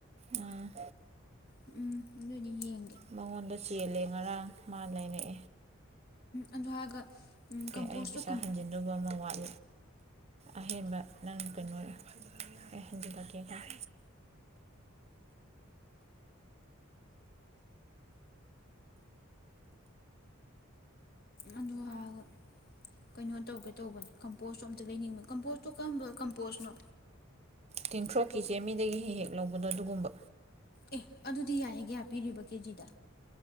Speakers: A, on the right; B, on the left.
A: ꯎꯝ
B: <unintelligible>
A: ꯃꯉꯣꯟꯗ ꯆꯦꯜꯂꯦ ꯉꯔꯥꯡ ꯃꯥ ꯂꯩꯔꯦ
B: ꯑꯗꯨ ꯍꯥꯏꯔꯒ ꯀꯝꯄꯣꯁꯇꯣ
A: ꯑꯦ ꯑꯩ ꯄꯩꯁꯥ ꯍꯟꯖꯤꯟꯗꯧꯕ ꯑꯃ ꯋꯥꯠ ꯑꯍꯦꯟꯕ ꯅꯪ ꯀꯩꯅꯣ ꯑꯩ ꯍꯟꯖꯤꯜꯂꯛꯀꯦ ꯅꯪ
B: ꯑꯗꯨ ꯍꯥꯏꯔꯒ ꯀꯩꯅꯣ ꯇꯧꯒꯦ ꯇꯧꯕꯅꯦ ꯀꯝꯄꯣꯁꯠ ꯑꯝꯇ ꯂꯩꯅꯤꯡꯕꯅꯦ ꯝꯄꯣꯁꯠꯇꯣ ꯀꯔꯝꯕ ꯀꯞꯄꯣꯁꯠꯅꯣ
A: ꯇꯤꯟꯊ꯭ꯔꯣꯛꯀꯤ ꯆ‌ꯦꯃꯤꯗꯒꯤ ꯍꯦꯛ ꯍꯦꯛ ꯂꯧꯕꯗꯣ ꯑꯗꯨꯒꯨꯝꯕ
B: ꯑꯦ ꯑꯗꯨꯗꯤ ꯌꯥꯏꯍꯦ ꯀꯌꯥ ꯄꯤꯔꯤꯕ ꯀꯦꯖꯤꯗ